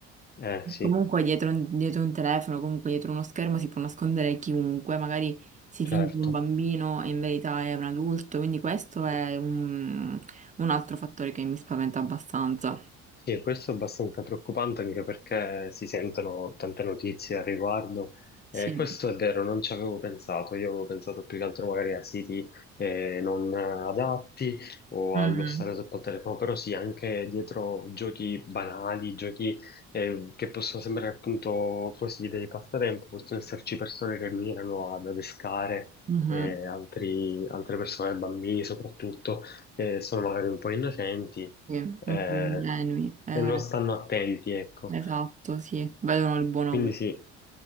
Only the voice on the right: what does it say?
Comunque dietro un, dietro un telefono, comunque dietro uno schermo si può nascondere chiunque, magari si
finge un bambino e in verità è un adulto, quindi questo è un, un altro fattore che mi spaventa abbastanza.
Sì.
Mhm.
Mhm.
Sì, un
po' ingenui. Eh,
esatto, sì, vedono il buono
ovunque.